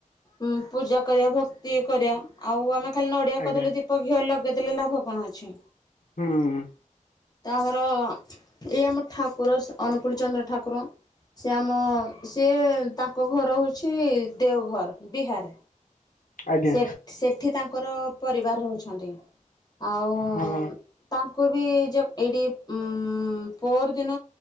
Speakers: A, on the left; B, on the left.
A: ଉଁ ପୂଜା କରିବା ଭକ୍ତି କରିବା ଆଉ ଆମେ ଖାଲି ନଡ଼ିଆ
B: ଆଜ୍ଞା
A: କଦଳୀ ଦୀପ ଘିଅ ଲଗେଇଦେଲେ ଲାଭ କଣ ଅଛି।
B: ହୁଁ
A: ତା ଆମର ଏଇ ଆମ ଠାକୁର ସ ଅନୁକୂଳ ଚନ୍ଦ୍ର ଠାକୁର ସିଏ ଆମ ସିଏ ତାଙ୍କ ଘର ହେଉଚି ତି ଦେଓଘର ବିହାର।
B: ଆଜ୍ଞା
A: ସେ ସେଠି ତାଙ୍କର ପରିବାର ରହୁଛନ୍ତି ଆଉ ଅଁ
B: ହଁ
A: ତାଙ୍କୁ ବି ଯେ ଏଇଠି ମ୍ ପହର ଦିନ